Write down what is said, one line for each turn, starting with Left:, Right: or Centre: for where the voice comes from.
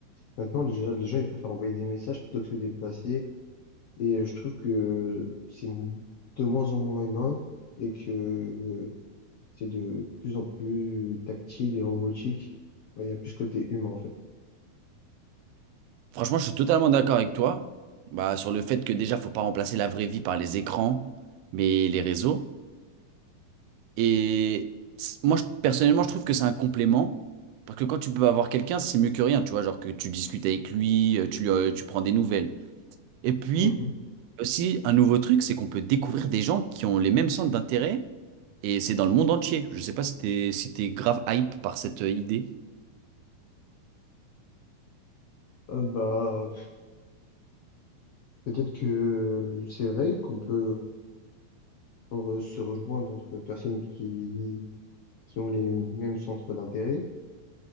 Left: Maintenant, les gens, les gens, ils préfèrent envoyer des messages plutôt que se déplacer. Et euh, je trouve que c'est m- de moins en moins humain et que euh, c'est de plus en plus tactile et robotique. Ouais, Il y a plus ce côté humain, en fait.
Right: Franchement, je suis totalement d'accord avec toi. Bah, sur le fait que déjà, faut pas remplacer la vraie vie par les écrans, mais les réseaux. Et c- moi, je- personnellement, je trouve que c'est un complément. Parce que quand tu peux avoir quelqu'un, c'est mieux que rien. Tu vois, genre que tu discutes avec lui, euh, tu, lui, euh, tu prends des nouvelles. Et puis,
Left: Mhm.
Right: aussi, un nouveau truc, c'est qu'on peut découvrir des gens qui ont les mêmes centres d'intérêt. Et c'est dans le monde entier. Je sais pas si t'es, si t'es grave hype par cette euh, idée.
Left: Euh, bah, Peut-être que c'est vrai qu'on peut euh, re- se rejoindre entre personnes qui, qui ont les mêmes centres d'intérêt.